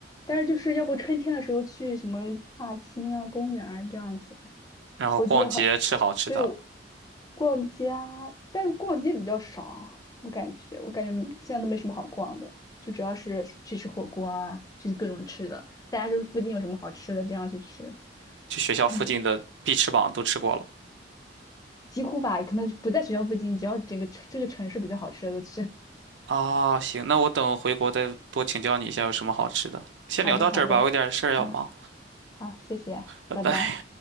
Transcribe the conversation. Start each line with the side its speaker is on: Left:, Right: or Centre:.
Left: 但是就是要不春天的时候去什么踏青啊、公园啊这样子。
Right: 然后逛街、
Left: 我记得很，
Right: 吃好吃的，
Left: 我对我逛街啊，但是逛街比较少，我感觉，我感觉嗯现在都没什么好逛的，就主要是去吃火锅啊，去各种吃的，大家就是附近有什么好吃的，这样去吃，
Right: 去学校附近的必吃榜都吃过了。
Left: 嗯，几乎吧，可能不在学校附近，只要整个这个城市比较好吃的都去。
Right: 啊，行，那我等回国再多请教你一下有什么好吃的。
Left: <laughs>
Right: 先聊到这儿吧，
Left: 好的，好的，
Right: 我有点事儿要忙，
Left: 嗯，好，谢谢，
Right: 拜拜。
Left: 拜拜。